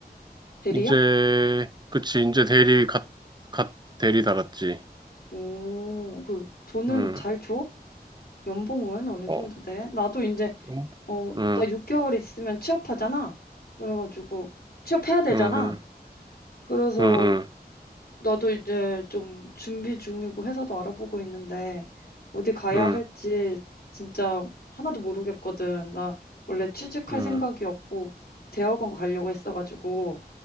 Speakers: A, on the left; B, on the right.
A: 대리야?
B: 이제 그치. 이제 대리 갓, 갓 대리 달았지.
A: 오, 그, 돈은
B: 응.
A: 잘 줘? 연봉은 어느
B: 어,
A: 정도 돼? 나도 이제,
B: 응,
A: 어,
B: 응,
A: 나 6개월 있으면 취업하잖아? 그래가지고, 취업해야 되잖아?
B: 응, 응,
A: 그래서
B: 응,
A: 나도 이제 좀 준비 중이고 회사도 알아보고 있는데 어디 가야
B: 응. 응,
A: 할지 진짜 하나도 모르겠거든. 나 원래 취직할
B: 응.
A: 생각이 없고 대학원 가려고 했어가지고